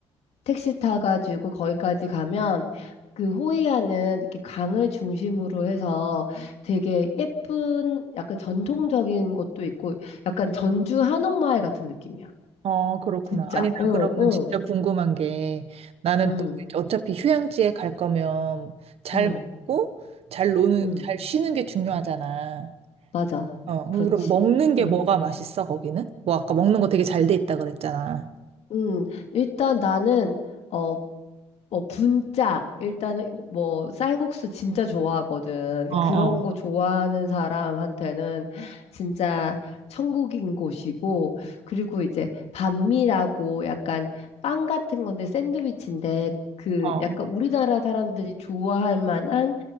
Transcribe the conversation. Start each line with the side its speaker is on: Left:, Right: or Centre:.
Left: 택시 타가지고 거기까지 가면, 그 호이안은 이렇게 강을 중심으로 해서 되게 예쁜, 약간 전통적인 것도 있고, 약간 전주 한옥마을 같은 느낌이야.
Right: 어, 그렇구나.
Left: 진짜.
Right: 아니,
Left: 어,
Right: 나
Left: 어,
Right: 그러면은 진짜 궁금한 게 나는
Left: 응,
Right: 또 이제 어차피 휴양지에 갈 거면 잘
Left: 응,
Right: 먹고 잘 노는,
Left: 응.
Right: 잘 쉬는 게 중요하잖아.
Left: 맞아.
Right: 어,
Left: 그렇지.
Right: 그럼 먹는 게
Left: 음,
Right: 뭐가 맛있어, 거기는? 뭐 아까 먹는 거 되게 잘 돼 있다 그랬잖아.
Left: 음, 일단 나는, 어, 뭐, 분짜. 일단은, 뭐, 쌀국수 진짜 좋아하거든.
Right: 어, 어,
Left: 그런 거 좋아하는 사람한테는 진짜 천국인 곳이고, 그리고 이제 반미라고 약간 빵 같은 건데 샌드위치인데, 그
Right: 어.
Left: 약간 우리나라 사람들이 좋아할 만한